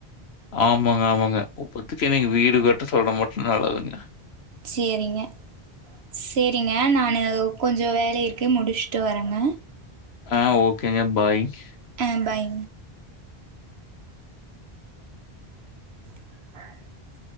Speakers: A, on the left; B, on the right.
A: ஆமாங்க ஆமாங்க உப்பத்துக்கு இன்னைக்கு வீடு கட்ட சொல்ற மட்டு நல்லதுங்க
B: செரிங்க செரிங்க நானு கொஞ்ச வேல இருக் கு முடிச்சுட்டு வரங்க
A: ஆ ஓகேங்க பாய்க்
B: ம் பாய் ஆஹ